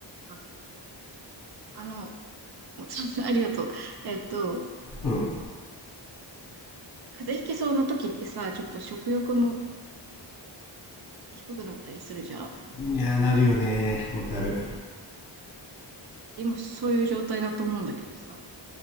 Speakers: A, on the right; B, on the left.
A: あ、あの、もうちょっと <laughs> ありがとう。えっと、
B: うん
A: 風邪ひきそうな時ってさ、ちょっと食欲も低くなったりするじゃん
B: いやーなるよねーわかる
A: 今そういう状態だと思うんだけどさ。